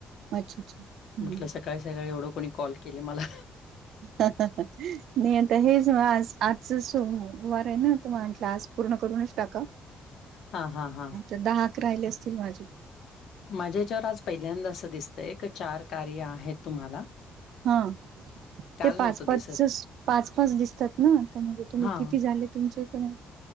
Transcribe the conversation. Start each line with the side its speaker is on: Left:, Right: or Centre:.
Right: अच्छा अच्छा हम्म
Left: म्हटलं सकाळी सकाळी एवढं कोणी कॉल केले मला.
Right: नई आता हेच आज आजच सोमवार आहे ना, त म्हटलं आज पूर्ण करूनच टाकाव.
Left: हा हा हा.
Right: दहाक राहिले असतील माझे.
Left: माझ्याहेच्यावर आज पहिल्यांदा असं दिसतय, की चार कार्य आहेत तुम्हाला.
Right: हा
Left: काल
Right: ते पाच
Left: नव्हतं
Right: पाचसच
Left: दिसत
Right: पाच पाच दिसतात ना, त्यामध्ये तुम्ही
Left: हा
Right: किती झाले तुमच्या इथ नई